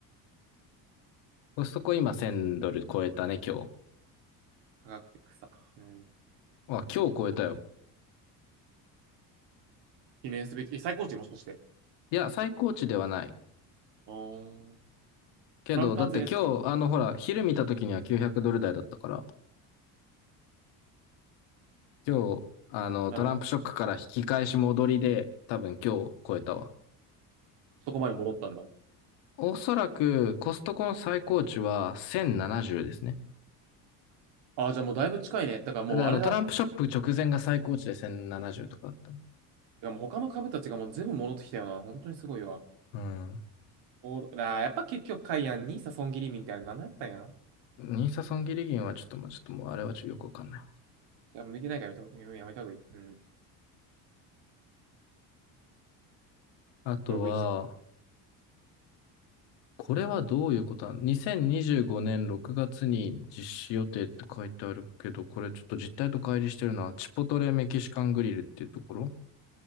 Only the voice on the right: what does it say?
科学的草。うん。
記念すべき、え最高値もしかして。
ああ、
プラム関税ね。
なるほど。
そこまで戻ったんだ。
ああ、じゃあもうだいぶ近いね。だからもうあれだ。
いやもう他の株たちがもう全部戻ってきたよな。本当にすごいわ。
おー、あー、やっぱ結局、カイアンにさ、損切りみたいな、何やったんや。
いや、向いてないからやめた、やめやめた方がいい。うん。
ログインして。